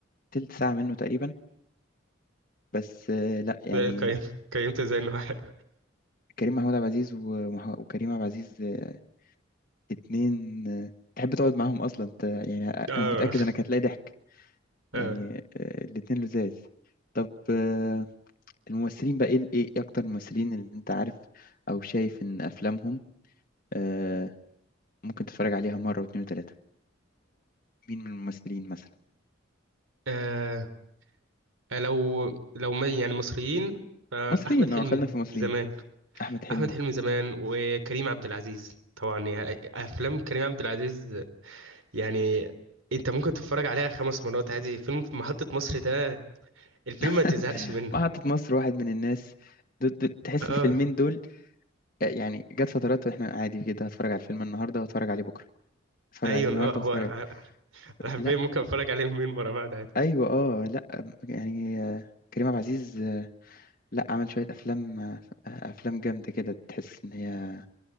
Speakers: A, on the left (about 45°); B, on the right (about 90°).
A: تلت ساعه منه تقريبا بس آه لا يعني
B: <laughs> قيمت قيمت زي انه حلو
A: كريم محمود عبد العزيز ومح- وكريم عبد العزيز آه اتنين آه تحب تقعد معاهم اصلا أنت- يعني انا
B: اه
A: متاكد انك هتلاقي ضحك يعني
B: اه آه.
A: آه، الاتنين لذاذ طب آه، الممثلين بقى ايه ايه إيه اكتر الممثلين اللي انت عارف او شايف ان افلامهم آه، ممكن تتفرج عليها مرة واتنين وتلاتة مين من الممثلين مثلا
B: آه. لو لو ما يعني مصريين فأحمد
A: مصريين
B: حلمي
A: اه خلينا في مصريين
B: زمان
A: احمد حلمي
B: أحمد حلمي زمان وكريم عبد العزيز طبعا يا أفلام كريم عبد العزيز يعني أنت ممكن تتفرج عليها خمس مرات عادي فيلم في محطة مصر ده الفيلم
A: <laughs>
B: ما تزهقش منه
A: محطة مصر واحد من الناس دول دول- تحس
B: اه
A: الفيلمين دول آه، يعني جت فترات واحنا عادي كده هتفرج على الفيلم النهارده واتفرج عليه بكره اتفرج
B: أيون
A: عليه النهارده
B: اه هو
A: واتفرج
B: أنا
A: عليه
B: أنا حرفيا
A: لا
B: ممكن أتفرج عليه مليون مرة بعد عادي
A: ايوه اه لا يعني آه، كريم عبد العزيز لا عمل شوية أفلام آه، أفلام جامدة كده تحس إن هي